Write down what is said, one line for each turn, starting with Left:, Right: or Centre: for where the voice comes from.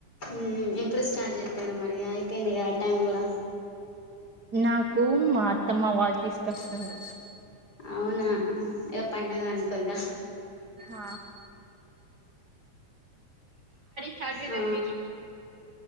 Left: ఉమ్ ఎప్పుడు స్టార్ట్ చేస్తాడు మరి అయిపోయింది కదా టైం కూడా
Right: నాకు మా అత్తమ్మ వాళ్ళు తీసుకొస్తున్నారు.
Left: అవునా ఏ పండగ అనుకో ఇగా
Right: ఆ చాబీ
Left: ఆ
Right: నహి